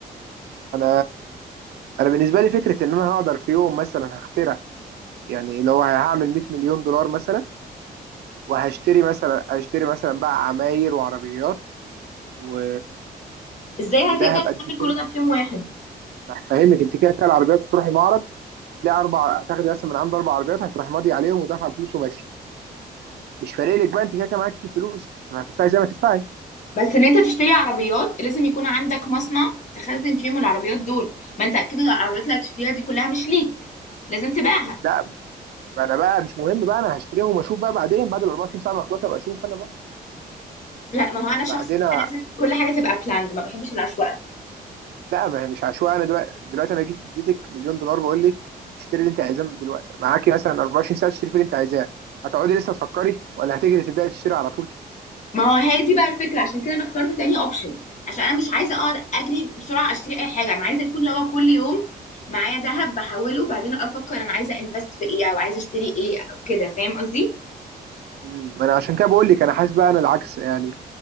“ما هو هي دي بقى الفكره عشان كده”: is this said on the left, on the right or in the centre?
Left